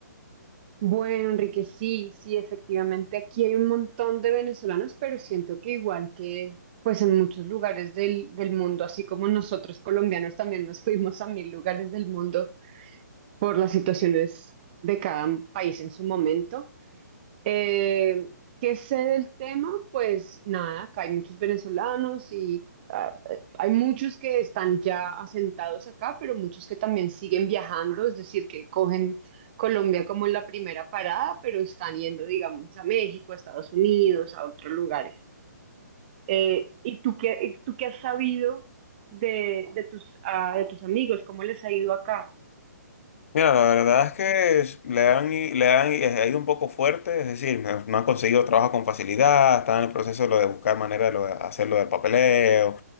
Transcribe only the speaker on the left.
Mira, la verdad es que es- le han, i- le han i- ha ido un poco fuerte, es decir, no, no han conseguido trabajo con facilidad, están en el proceso de, lo de buscar manera de, lo de hacer lo del papeleo